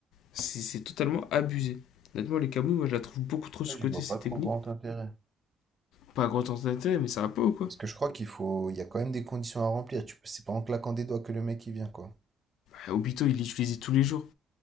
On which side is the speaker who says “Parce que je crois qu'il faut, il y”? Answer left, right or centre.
Right